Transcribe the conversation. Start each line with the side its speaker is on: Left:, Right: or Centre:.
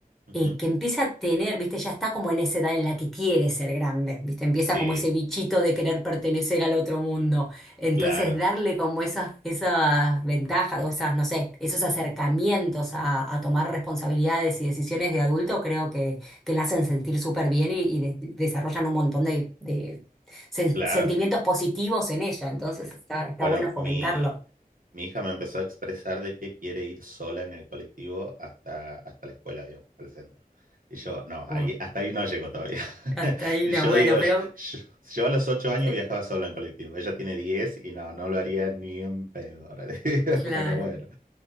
Right: ujú,
Centre: eh, que empieza a tener, viste, ya está como en esa edad en la que quiere ser grande, viste, empieza
Right: sí,
Centre: como ese bichito de querer pertenecer al otro mundo. Entonces,
Right: claro,
Centre: darle como esas, esas ventajas o esas, no sé, esos acercamientos a, a tomar responsabilidades y decisiones de adulto, creo que, que la hacen sentir súper bien y, y de- desarrollan un montón de, de sen-
Right: claro.
Centre: sentimientos positivos en ella. Entonces, está, está
Right: Bueno,
Centre: bueno fomentarlo.
Right: mi, Mi hija me empezó a expresar de que quiere ir sola en el colectivo hasta, hasta la escuela, digamos, hasta el centro. Y yo, no, ahí-
Centre: Uh,
Right: hasta ahí no llego todavía. <laughs>
Centre: hasta ahí
Right: Y
Centre: no,
Right: yo
Centre: bueno,
Right: digo,
Centre: pero...
Right: yo, yo- yo a los ocho años
Centre: sí,
Right: viajaba solo en colectivo. Ella tiene 10 y no, no lo haría ni en pedo, ahora <laughs> le digo,
Centre: Claro.
Right: Pero bueno,